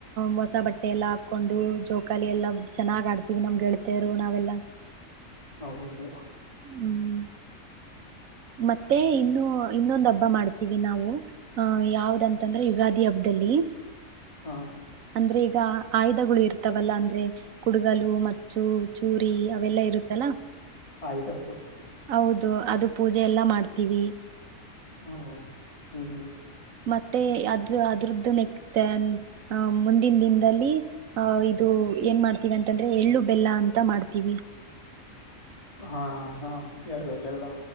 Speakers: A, on the right (about 80°); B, on the left (about 25°).
A: ಮೋಸ ಬಟ್ಟೆ ಎಲ್ಲಾ ಹಾಕೊಂಡು ಜೋಕಾಲಿ ಎಲ್ಲ ಚೆನ್ನಾಗ್ ಆಡ್ತೀವಿ ನಮ್ಗೆ ಗೆಳತಿಯರು ನಾವೆಲ್ಲ
B: ಹೌದು
A: ಹ್ಮ್ ಮತ್ತೆ ಇನ್ನು ಇನ್ನೊಂದು್ ಹಬ್ಬ ಮಾಡ್ತೀವಿ ನಾವು ಅಹ್ ಯಾವ್ದಂತಂದ್ರೆ ಯುಗಾದಿ ಹಬ್ಬದಲ್ಲಿ
B: ಅ-
A: ಅಂದ್ರೆ ಈಗ ಆಯುಧಗಳು ಇರ್ತಾವಲ್ಲ ಅಂದ್ರೆ ಕುಡಗಲು ಮಚ್ಚು ಚೂರು ಈ ಅವೆಲ್ಲಾ ಇರುತ್ತಲ್ಲಾ
B: ಆಯ್ಿತ
A: ಹೌದು ಅದು ಪೂಜೆ ಎಲ್ಲ ಮಾಡ್ತೀವಿ
B: ಹ್ಮ ಹ ಹ್ಮ್ ಹ್ಮ್.
A: ಮತ್ತೆ ಅದು ಅದ್ರದ್ದು ನೆಕ್ತ ಅಹ ಮುಂದಿನ ದಿನದಲ್ಲಿ ಅಹ ಇದು ಏನ್ ಮಾಡ್ತೀವಿ ಅಂತಂದ್ರೆ ಎಳ್ಳು ಬೆಲ್ಲ ಅಂತ ಮಾಡ್ತೀವಿ
B: ಹಾ ಹಾ ಹೇಳುವದೆಲ್ಲ